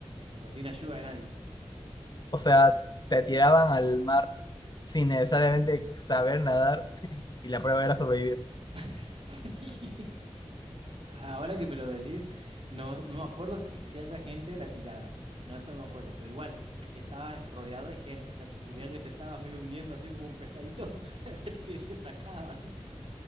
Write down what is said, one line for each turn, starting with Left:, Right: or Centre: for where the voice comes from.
Right: o sea, sin ayuda de nadie.
Left: O sea, te tiraban al mar sin necesariamente saber nadar y la prueba era sobrevivir.
Right: <laughs> Sí. Ahora que me lo decís, no, no me acuerdo que- si a esa gente la tiraron. No, eso no me acuerdo, pero igual te- estabas rodeado de gente, o sea que si veían que te estabas medio hundiendo así como un pescadito, <laughs> te, te sacaban.